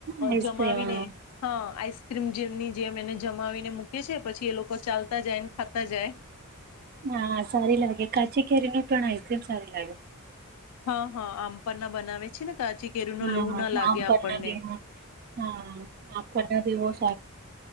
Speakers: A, on the right (about 45°); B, on the left (about 80°).
A: આઈસ્ક્રીમ
B: જમાવીનેઅ હા આઈ. જેમની જેમ એને જમાવીને મૂકે છે પછી એ લોકો. ચાલતા જાય ને ખાતા જાય.
A: હા સારી લાગે કાચી કેરી ન પણ આમ સારી લાગે.
B: હા હા આમપ ના બનાવે. છે ને કાચી કેરીનો
A: હા
B: લૂ
A: હા
B: ના લાગે
A: આમ ભના
B: આપણને
A: બ હા હા આમ કરના બ વ. ચ.